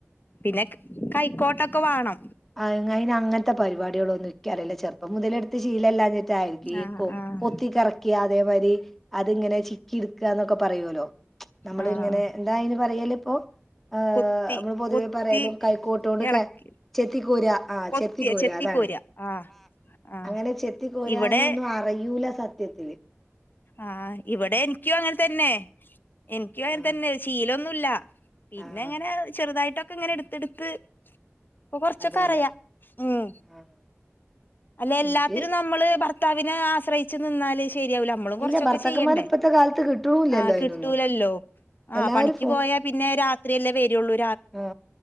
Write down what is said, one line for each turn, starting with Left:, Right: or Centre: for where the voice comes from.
Left: പിന്നെ കൈക്കോ ട്ടൊക്കെ വേണം
Centre: അ അയിന് അങ്ങനത്തെ പരിപാടികള് ഒന്നും എനിക്കറിയില്ല ചെറുപ്പം മുതലെടുത്ത് ശീലല്ലാഞ്ഞിട്ടായിയിരിക്കും ഈ
Left: ആഹ്
Centre: കൊ
Left: ആഹ്
Centre: കൊത്തി കറക്കിയ അതേമാരി അതങ്ങനെ ചിക്കി എടുക്കുകന്നൊക്കെ പറയുവല്ലോ നമ്മള്
Left: ആഹ്
Centre: ഇങ്ങനെ എന്താ അയിന് പറയാല് ഇപ്പോ ആ
Left: കൊത്തി
Centre: നമ്മള് പൊതുവെ
Left: കൊത്തി
Centre: പറയലോ കൈക്കോട്ടോടുക്കാൻ
Left: എളക്കി
Centre: ചെത്തിക്കോരാ ആ
Left: കൊത്തിയ
Centre: ചെത്തിക്കോര അതാണ്
Left: ആഹ് ആഹ്
Centre: അങ്ങനെ ചെത്തിക്കോരാനൊന്നും
Left: ഇവിടെ
Centre: അറിയൂല സത്യ <unintelligible>
Left: ആഹ് ഇവിടെ എനിക്കും അങ്ങനെ തന്നെ എനിക്കും അങ്ങനെ
Centre: ആഹ്
Left: തന്നെ ശീലം ഒന്നൂല്ല പിന്നെ
Centre: ആഹ്
Left: ഇങ്ങനെ ചെറുതായിട്ടൊ ഇങ്ങനെ എടുത്തെടുത്ത് ഇപ്പ കുറച്ചൊക്കെ
Centre: അതെല്ലേ
Left: അറിയാ ഉം
Centre: ആഹ്
Left: അല്ല എല്ലാത്തിനും
Centre: എനിക്ക്
Left: നമ്മള് ഭർ ത്താവിനെ ആശ്രയിച്ചു നിന്നാല് ശരിയാവൂല നമ്മളും കുറച്ചൊക്കെ
Centre: ഇല്ല ഭർത്താക്കന്മാരെ
Left: ചെയ്യേണ്ട
Centre: ഇപ്പത്തെ കാലത്ത് കിട്ടൂല്ലല്ലോ
Left: ആ
Centre: അയിനൊന്നും
Left: കിട്ടൂല്ലല്ലോ അത്
Centre: എല്ലാരും
Left: ആ പണിക്ക് പോയാ പിന്നെ രാത്രിയല്ലേ വ യുള്ളു
Centre: ആ